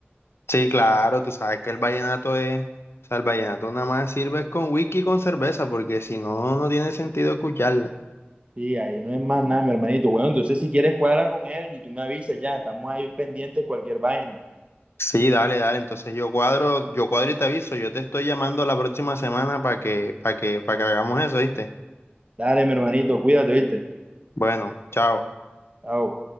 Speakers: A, on the left; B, on the right.
A: Sí, claro, tú sabes que el vallenato es, o sea, el vallenato nada más sirve es con whisky y con cerveza, porque si no, no tiene sentido escucharla.
B: Sí, ahí no es más nada, mi hermanito. Bueno, entonces si quieres cuadra con él y tú me avisas ya, estamos ahí pendientes de cualquier vaina.
A: Sí, dale, dale, entonces yo cuadro, yo cuadro y te aviso, yo te estoy llamando la próxima semana para que, para que, para que hagamos eso, ¿viste?
B: Dale, mi hermanito, cuídate, ¿viste?
A: Bueno, chao.
B: Chao.